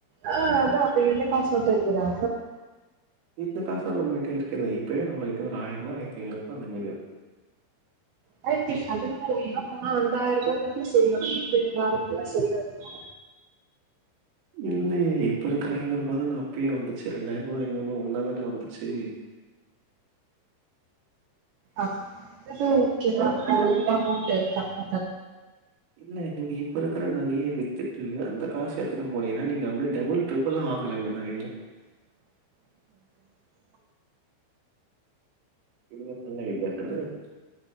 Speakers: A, on the right; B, on the right.
A: ஆ அதா அப்ப இந்த காசு மட்டு இருந்துதா
B: இந்த காசு நம்ம கிட்ட இருக்குதே இப்பயே நம்மகிட்ட ஒரு ஆயருபா ஆயரத்தி ஐநூறுபா அந்த மேரி
A: ரண்டாயிரத்தி பதினாறிலிலா போனா அந்தாயிருபா தான செல்லு இது நார்மலா செல்லாதுல
B: இல்லயே இப்ப இருக்கிற ஐநூறுபா தான அப்பயே வந்துச்சு ரெண்டாயிருபா ஐநூறுபா ஒன்னாதானே வந்துச்சு
A: அப்ப வந்துட்டு ஓகேதா உங்கிட்ட அமௌண்ட் இருக்கா <inaudible>
B: இல்ல நீங்க இப்ப இருக்கற நகைய வித்துட்டு அந்த காசு எத்துட்டு போனிங்கனா நீங்க அப்டியே டபுள் ட்ரிபுளா வாங்கலாமே நகைய
A: <unintelligible>
B: எதுனா சொன்னியே <unintelligible>